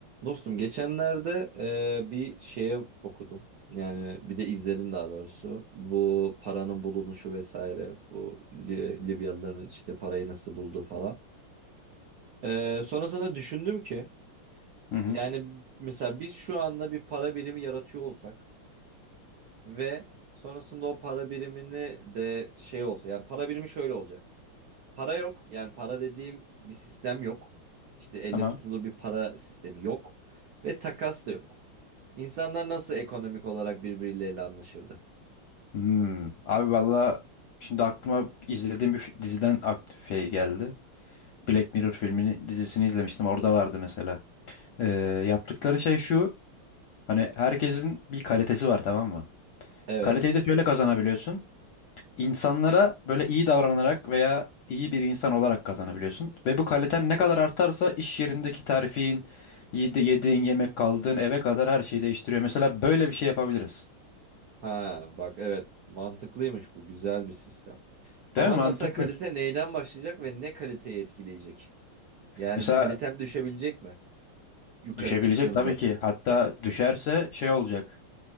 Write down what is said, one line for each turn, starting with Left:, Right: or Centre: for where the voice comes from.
Right: Dostum geçenlerde e, bir şeye okudum. Yani bir de izledim daha doğrusu. Bu paranın bulunuşu vesaire. Bu Li- Libyalıların işte parayı nasıl bulduğu falan. E, sonrasında düşündüm ki
Left: Hı hı.
Right: yani mesela biz şu anda bir para birimi yaratıyor olsak ve sonrasında o para birimini de şey olsa yani para birimi şöyle olacak. Para yok. Yani para dediğim bir sistem yok. İşte elle
Left: Tamam.
Right: tutulur bir para sistemi yok ve takas da yok. İnsanlar nasıl ekonomik olarak birbirleriyle anlaşırdı?
Left: Hmm. Abi valla şimdi aklıma izlediğim bir fi- diziden aktif şey geldi. Black Mirror filmini dizisini izlemiştim. Orada vardı mesela. Ee, yaptıkları şey şu. Hani herkesin bir kalitesi var tamam mı?
Right: Evet.
Left: Kaliteyi de şöyle kazanabiliyorsun. İnsanlara böyle iyi davranarak veya iyi bir insan olarak kazanabiliyorsun. Ve bu kaliten ne kadar artarsa iş yerindeki terfin, yedi- yediğin yemek, kaldığın eve kadar her şeyi değiştiriyor. Mesela böyle bir şey yapabiliriz.
Right: Ha bak evet mantıklıymış bu güzel bir sistem. Ama
Left: Değil mi? Mantıklı.
Right: nasıl kalite neyden başlayacak ve ne kaliteyi etkileyecek? Yani
Left: Mesela
Right: kalitem düşebilecek mi yukarı
Left: Düşebilecek
Right: çıktığım
Left: tabii
Right: zaman?
Left: ki. Hatta düşerse şey olacak.